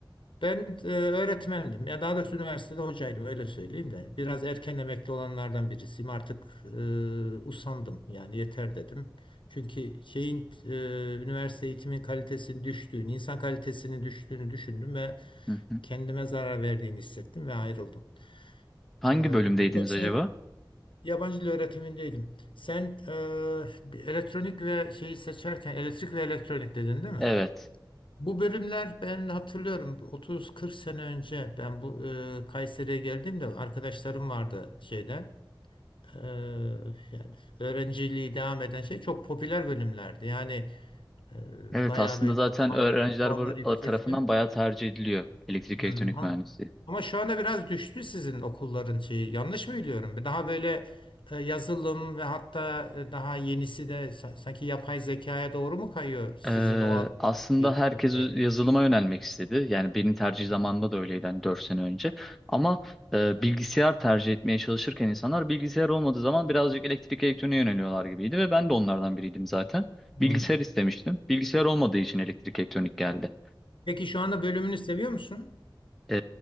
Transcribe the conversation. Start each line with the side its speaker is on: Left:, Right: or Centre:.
Left: Ben e, öğretmendim. Ya daha doğrusu üniversitede hocaydım öyle söyleyeyim de. Biraz erken emekli olanlardan birisiyim. Artık e, usandım yani yeter dedim. Çünkü şeyin e, üniversite eğitimin kalitesinin düştüğünü, insan kalitesinin düştüğünü düşündüm ve
Centre: Hı.
Left: kendime zarar verdiğini hissettim ve ayrıldım.
Centre: Hangi
Left: E,
Centre: bölümdeydiniz
Left: bilmiyorum, sen
Centre: acaba?
Left: yabancı dil öğretimindeydim. Sen e, elektronik ve şeyi seçerken elektrik ve elektronik dedin değil mi?
Centre: Evet.
Left: Bu bölümler ben hatırlıyorum 30-40 sene önce ben bu e, Kayseri'ye geldiğimde arkadaşlarım vardı şeyden e, yani öğrenciliği devam eden şey çok popüler bölümlerdi. Yani e,
Centre: Evet
Left: bayağı
Centre: aslında
Left: böyle
Centre: zaten
Left: puanlar,
Centre: öğrenciler
Left: puanlar
Centre: bu-
Left: yüksekti.
Centre: tarafından bayağı tercih ediliyor elektrik
Left: Hmm,
Centre: elektronik
Left: ama,
Centre: mühendisliği.
Left: ama şu anda biraz düştü sizin okulların şeyi. Yanlış mı biliyorum? Daha böyle e, yazılım ve hatta e, daha yenisi de sa- sanki yapay zekaya doğru mu kayıyor sizin
Centre: Ee,
Left: o alan-
Centre: aslında
Left: bir
Centre: herkes
Left: popülerliği?
Centre: yazılıma yönelmek istedi. Yani benim tercih zamanımda
Left: Hmm.
Centre: da öyleydi hani 4 sene önce. Ama e, bilgisayar tercih etmeye çalışırken insanlar bilgisayar olmadığı zaman birazcık elektrik elektroniğe yöneliyorlar gibiydi ve ben de onlardan biriydim zaten.
Left: hmm.
Centre: Bilgisayar istemiştim. Bilgisayar olmadığı için elektrik elektronik geldi.
Left: Peki şu anda bölümünü seviyor musun?
Centre: Ee,